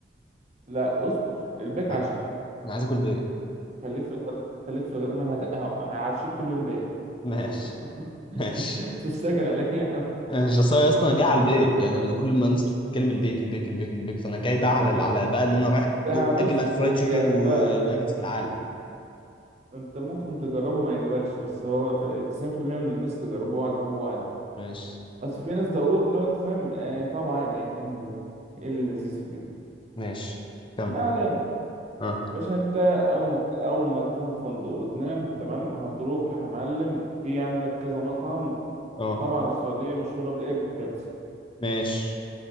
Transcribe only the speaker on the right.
لا اصبر البيك
عشاء
خليك في الغداء خليك في الغداء ما هت... ه- هعشيك كل يوم بيك
بس اصبر
<laughs> استعجل عليا يا عم
ده
بص
هي
أذواق
انت
انت ممكن تجربه ما يعجبكش بس هو ف- 90% من الناس اللي جربوه عجبوه عادي
اصل في ناس دقوق لو انت فاهم آه، طعمه عادي يعني ايه ال- إيه اللذيذ في كده
ما علينا
باشا انت اول ما اول ما تروح الفندق وتنام تمام هتروح يا معلم في عندك كذا مطعم
طبعا السعوديه مشهوره بايه بالكبسه